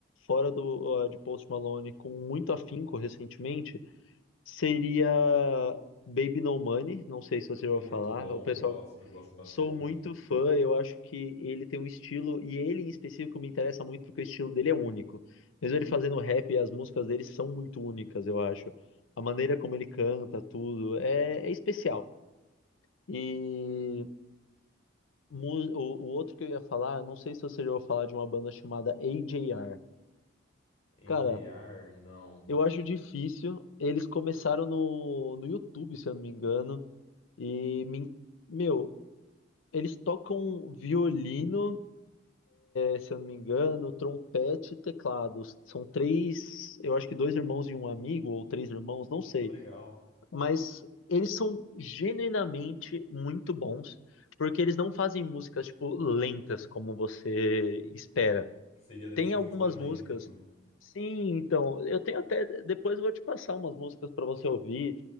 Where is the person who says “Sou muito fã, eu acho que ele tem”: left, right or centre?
Left